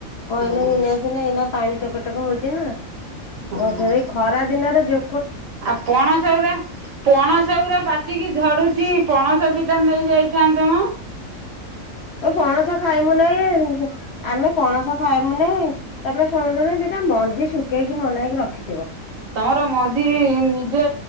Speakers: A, on the left; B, on the right.
A: କ
B: ହଁ
A: ନ ଏସ ଏ ପାଣି ଟୋପ ଟୋପ ହଉଛି ନା।
B: ହଁ
A: ହ ସେ ଏଇ ଖରା ଦିନରେ ଯ
B: ଆଉ ପଣସଉରା ପଣସଉରା ପାଚିକି ଝଡୁଛି। ପଣସଦି ଟା ନେଇଯାଇଛି। <unintelligible>
A: ତ ପଣସ ଖାଇମୁ ନାଇଁ ଆମେ ପଣସ ଖାଇବା ମାନେ ତମେ ସମୁୁଦୁଣି ଦିଟା ମଞ୍ଜି ଶୁଖେଇକି ମୋନାକି ରଖିଥିବ।
B: ତମର ମଞ୍ଜିି ନିଜେ